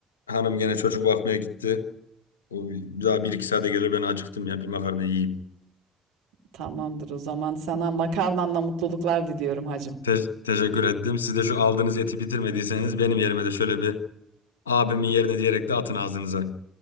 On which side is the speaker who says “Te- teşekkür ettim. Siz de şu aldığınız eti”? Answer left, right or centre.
Left